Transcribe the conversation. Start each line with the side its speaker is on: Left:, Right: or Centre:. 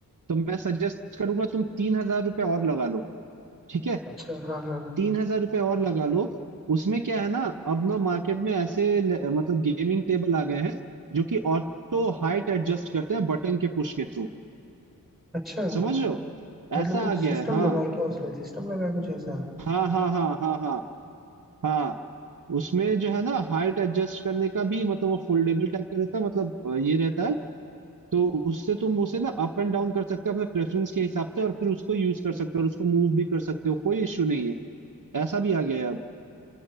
Right: तो मैं सजेस्ट करूंगा तुम तीन हजार रुपये और लगा लो ठीक है
Centre: अच्छा हाँ हाँ
Right: तीन हजार रुपये और लगा लो उसमें क्या है ना अब ना मार्केट में ऐसे ले- मतलब गेमिंग टेबल आ गए हैं जो कि ऑटो हाइट एडजस्ट करते हैं बटन के पुश के थ्रू
Centre: अच्छा
Right: समझ रहे हो
Centre: तो मतलब
Right: ऐसा
Centre: कुछ
Right: आ गया
Centre: सिस्टम
Right: है हाँ
Centre: लगा है क्या उसमें सिस्टम लगा है कुछ ऐसा
Right: हाँ हाँ हाँ हाँ हाँ हाँ उसमें जो है ना हाइट एडजस्ट करने का भी मतलब वो फोल्डेबल टाइप का रहता है मतलब अ, ये रहता है तो उससे तुम उसे ना अप एंड डाउन कर सकते हो अपने प्रेफरेंस के हिसाब से और फिर उसको यूज कर सकते हो और उसको मूव भी कर सकते हो कोई इश्यू नहीं है ऐसा भी आ गया है अब